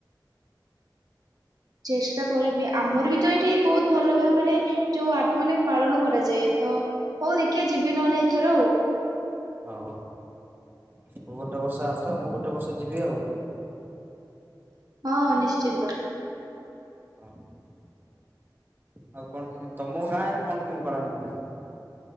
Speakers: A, on the right (about 55°); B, on the right (about 25°).
A: ଚେଷ୍ଟା କରିବି ଆମର ବି ତ ଏଇଠି ବହୁତ ଭଲ ଭାବରେ ଯୋଉ ମାନେ ପାଳନ କରାଯାଏ ତ ହଉ ଦେଖିଆ ଯିବି ନହଲେ ଏଥର ଆଉ।
B: ହଉ ତୁ ଗୋଟେ ବର୍ଷ ଆସ ମୁଁ ଗୋଟେ ବର୍ଷ ଯିବି ଆଉ।
A: ହଁ ନିଶ୍ଚିନ୍ତ।
B: ହଁ ଆଉ କଣ କେମିତି ତମ ଗାଁ ରେ କଣ କେମିତି ପାଳନ ହୁଏ।